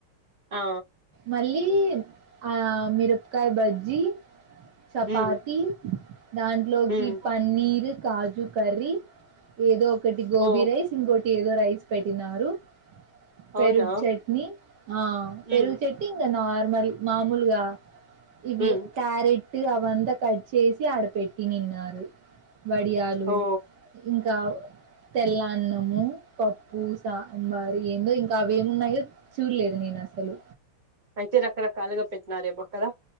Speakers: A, on the right; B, on the right.
A: ఆ
B: మళ్ళీ ఆ మిరపకాయ బజ్జీ చపాతి
A: మ్మ్
B: దాంట్లోకి
A: మ్మ్
B: పన్నీరు కాజు కర్రీ ఏదో ఒకటి గోబీ
A: ఓ
B: రైస్ ఇంకోటి ఏదో రైస్ పెట్టినారు పెరుగు
A: అవునా
B: చెట్నీ ఆ పెరుగు
A: మ్మ్
B: చెట్నీ ఇంకా నార్మల్ మామూలుగా ఇవి
A: మ్మ్
B: క్యారెట్ అవంతా కట్ చేసి ఆడ పెట్టినిన్నారు. వడియాలు
A: ఓ
B: ఉ తెల్లన్నము పప్పు సాంబారు ఏందో ఇన్ అవి <unintelligible> న్నాయో చూడలేదు నేను అసలు
A: అయితే రకరకాలుగా పెట్టినారేమో కదా